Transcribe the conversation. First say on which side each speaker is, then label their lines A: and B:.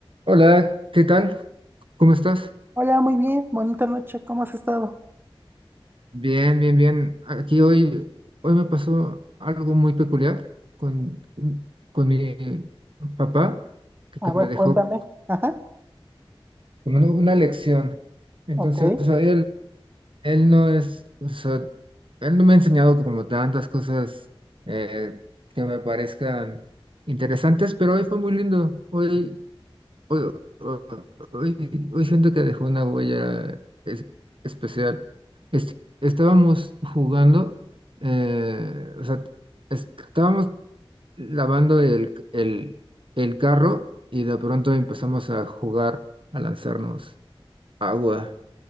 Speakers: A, on the right; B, on the right.
A: Hola, ¿qué tal? ¿Cómo estás?
B: Hola, muy bien, bonita noche, ¿cómo has estado?
A: Bien, bien, bien. Aquí hoy, hoy me pasó algo muy peculiar con, con mi papá, que,
B: A
A: que me
B: ver,
A: dejó
B: cuéntame. Ajá,
A: como una, una lección. Entonces,
B: ok.
A: o sea, él, él no es, o sea, él no me ha enseñado como tantas cosas eh, que me parezcan interesantes, pero hoy fue muy lindo. Hoy Hoy, hoy- hoy- siento que dejó una huella es- especial. Es- estábamos jugando, eh, o sea, estábamos lavando el, el, el carro y de pronto empezamos a jugar, a lanzarnos agua.